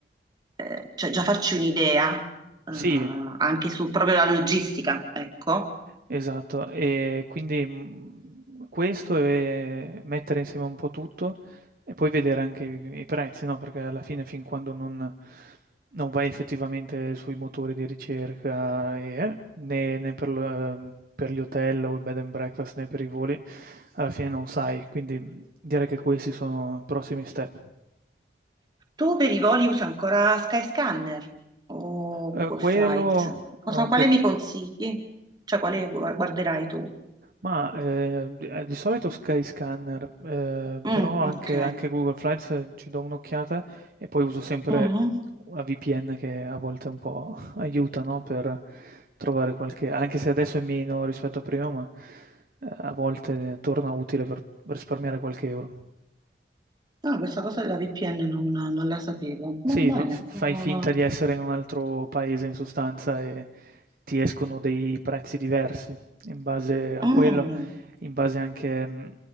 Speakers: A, on the right (about 25°); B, on the right (about 50°).
A: eh, cioè già farci un'idea, eh,
B: Sì.
A: anche su proprio la logistica, ecco.
B: Esatto, e quindi, mhmm, questo e mettere insieme un po' tutto e poi vedere anche i i prezzi, no, perché alla fine fin quando non non vai effettivamente sui motori di ricerca e eh, né né per l per gli hotel o i bed and breakfast, né per i voli, alla fine non sai. Quindi, mhmm, direi che questi sono i prossimi step.
A: Tu per i voli usi ancora Skyscanner o
B: Ehm,
A: Google
B: quello
A: Flights? Cosa,
B: eh, anche
A: quale mi consigli? Cioè, quale
B: ehm,
A: gu- guarderai tu?
B: mah, ehm, d ehm, di solito Skyscanner, ehm,
A: Mm,
B: però anche
A: ok.
B: anche Google Flights eh, ci do un'occhiata e poi uso sempre
A: Mm.
B: una VPN che a volte un po' <laughs> aiuta, no, per trovare qualche anche se adesso è meno rispetto a prima, ma, ehm, a volte torna utile per risparmiare qualche euro.
A: No, questa cosa della VPN non, non la sapevo.
B: Sì,
A: Va bene.
B: fa- f- fai
A: No.
B: finta di essere in un altro paese in sostanza e ti escono dei prezzi diversi in base a
A: Mm,
B: quello, in base anche mh,